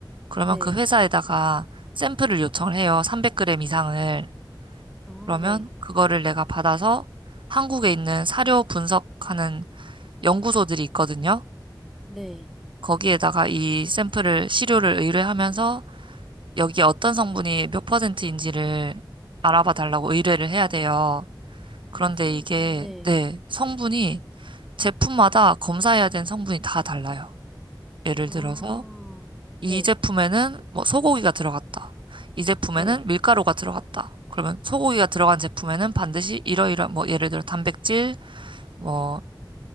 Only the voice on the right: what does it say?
그러면
그 회사에다가 샘플을 요청을 해요. 300g 이상을.
그러면
그거를 내가 받아서 한국에 있는 사료 분석하는 연구소들이 있거든요.
거기에다가 이 샘플을, 시료를 의뢰하면서 여기에 어떤 성분이 몇 퍼센트인지를 알아봐 달라고 의뢰를 해야 돼요. 그런데
이게,
네, 성분이 제품마다 검사해야 되는 성분이 다 달라요. 예를
들어서 이
제품에는 뭐 소고기가 들어갔다. 이 제품에는
밀가루가 들어갔다. 그러면 소고기가 들어간 제품에는 반드시 이러이러한 뭐 예를 들어 단백질, 뭐